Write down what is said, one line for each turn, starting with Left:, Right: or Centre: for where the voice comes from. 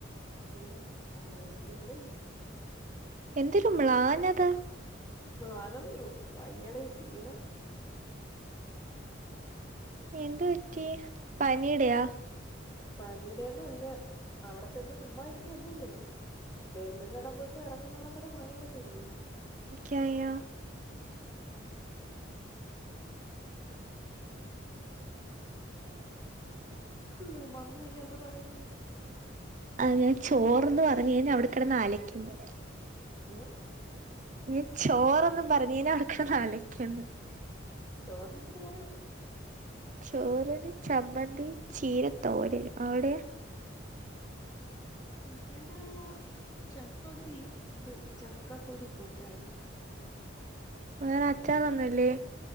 Left: ഇല്ല ചായ കുടിയില്ലന്ന്
Right: എന്തൊരു മ്ലാനത
Left: വാനറിയൂ വയ്യടീ ഷീണം
Right: ഏന്തുറ്റി പനീടെയാ
Left: പനീടെയൊന്നുല്ല അവടെ ചെന്ന് ശുമ്മാ ഇരിക്ക അല്ലല്ലോ ചെല്ല്ന്നടം തൊട്ട് എറങ്ന്നടം വരെ പണിയെട്ക്കല്ലേ
Right: ക്കയാം <inaudible>
Left: ഉം മമ്മിയക്കെ എന്ത് പറയുന്നു
Right: അ ഞാ ചോറ്ന്ന് പറഞ്ഞേന് അവിടെ കെടന്ന് അലക്കുന്നു
Left: ഏഹ്
Right: ഈ ചോറൊന്നും പറഞ്ഞീല <unintelligible>
Left: ചോറിനെന്തിര് കറി?
Right: ചോറ്ന് ചമ്മന്തിം ‌ ചീര തോരനും അവിടെയാ?
Left: ഇവിടെ ചമ്മന്തിയും ഇത് ചക്കക്കുരു കൂട്ടാനും.
Right: വേറെ അച്ചാറൊന്നുല്ലെ?